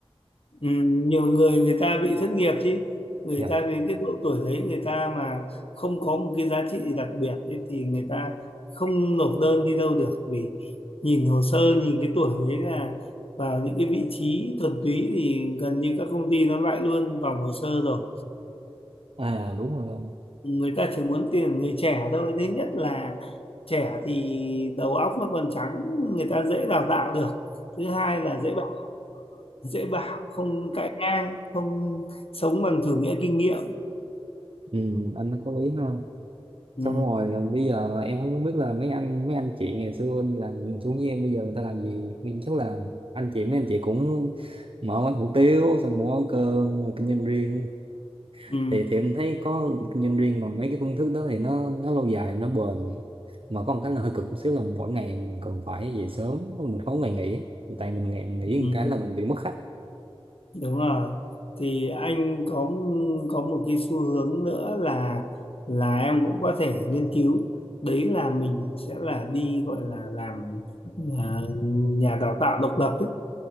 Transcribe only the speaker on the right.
dạ
à đúng rồi
ừ, anh nó có lý ha
xong rồi à, bây giờ em cũng không biết là mấy anh mấy anh chị ngày xưa anh làm xuống với em bây giờ người ta làm gì nhưng chắc là anh chị mấy anh chị cũng mở quán hủ tiếu xong mở quán cơm rồi kinh doanh riêng
thì thì em thấy có kinh doanh riêng bằng mấy cái phương thức đó thì nó nó lâu dài nó bền mà có một cái là hơi cực một xíu là mỗi ngày mình cần phải về sớm mình không có ngày nghỉ tại mình ngày nghỉ
một cái là mình bị mất khách